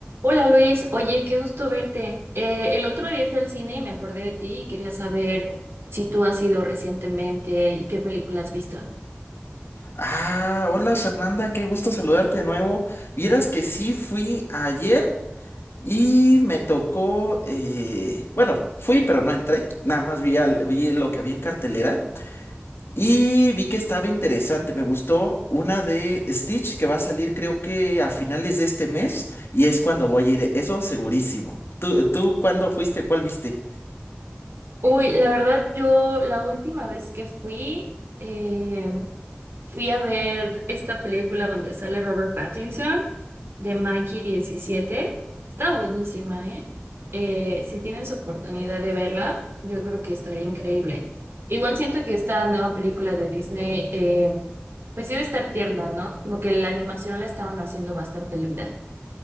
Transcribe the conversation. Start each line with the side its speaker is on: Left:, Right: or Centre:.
Right: Hola Luis, oye, qué gusto verte. Eh, el otro día fui al cine y me acordé de ti y quería saber si tú has ido recientemente y qué película has visto.
Left: Ah, hola Fernanda, qué gusto saludarte de nuevo. Vieras que sí fui ayer y me tocó, eh, bueno, fui pero no entré, nada más vi, al- vi lo que había en cartelera y vi que estaba interesante, me gustó una de Stitch que va a salir creo que a finales de este mes y es cuando voy a ir, eso segurísimo. ¿Tú, tú cuándo fuiste? ¿Cuál viste?
Right: Uy, la verdad, yo la última vez que fui, eh, fui a ver esta película donde sale Robert Pattinson de Monkey diecisiete, Está buenísima, ¿eh? Eh, si tienes oportunidad de verla, yo creo que estaría increíble. Igual siento que esta nueva película de Disney, eh, pues iba a estar tierna, ¿no? Como que la animación la estaban haciendo bastante linda.